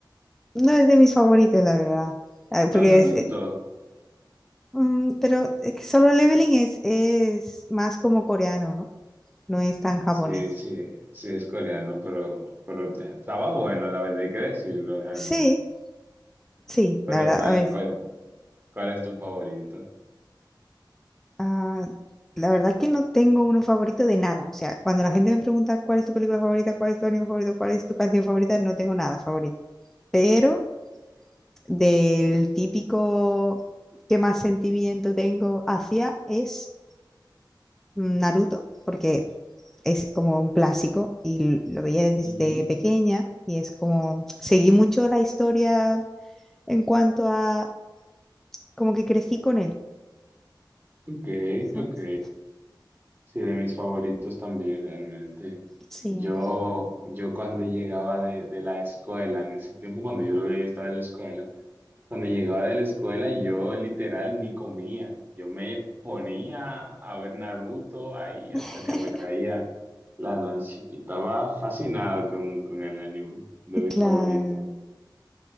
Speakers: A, in the centre; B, on the right.
A: no es de mis favoritos, la verdad. Ah,
B: No,
A: Porque
B: no
A: es.
B: te gustó.
A: eh, mm, pero es que Solo Leveling es, es más como coreano, ¿no? No es tan japonés.
B: Sí, sí, sí es coreano, pero, pero estaba bueno, la verdad hay que decirlo realmente.
A: Sí, sí,
B: Pero
A: la verdad,
B: ¿cuál,
A: a ver, sí.
B: cuál, cuál es tu favorito?
A: Ah, la verdad que no tengo uno favorito de nada. O sea, cuando la gente me pregunta cuál es tu película favorita, cuál es tu anime favorito, cuál es tu canción favorita, no tengo nada favorito. Pero. del típico que más sentimiento tengo hacia es Naruto, porque es como un clásico y lo veía desde
B: Ujú.
A: pequeña y es como seguí mucho la historia en cuanto a como que crecí con él,
B: Ok,
A: ¿sabes?
B: ok. Sí, de mis favoritos también realmente.
A: Sí.
B: Yo, yo cuando llegaba de, de la escuela, en ese tiempo cuando yo lo veía, yo estaba en la escuela. Cuando llegaba de la escuela, yo literal ni comía. Yo me ponía a ver Naruto ahí hasta
A: <laughs>
B: que me caía la noche. Yo estaba fascinado con, con el anime de mi
A: Claro,
B: favorito.